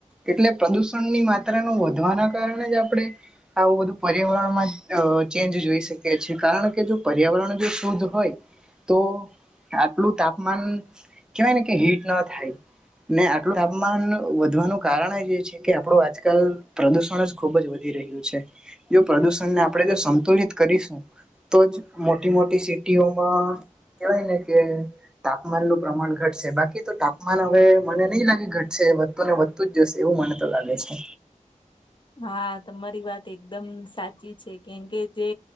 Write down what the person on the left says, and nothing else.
હા તમારી વાત એકદમ સાચી છે કેમ કે જે...